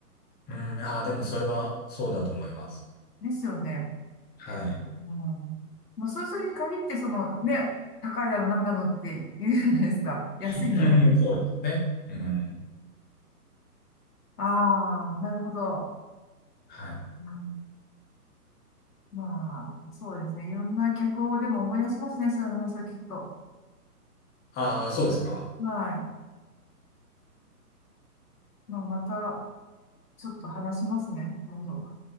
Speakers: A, on the left (about 20°); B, on the left (about 70°).
A: うん、ああ、でもそれはそうだと思います。
B: ですよね。
A: はい。
B: うん。まあ、そういう人に限って、その、ね、高いだの、なんだのって言うじゃないですか。安いのに。
A: <laughs> そうですね。うん。
B: ああ、なるほど。
A: はい。
B: うんまあ、そうですね。いろんな客をでも思い出しますね。そういう話を聞くと。
A: ああ、そうですか
B: はい。まあ、また、ちょっと話しますね、今度。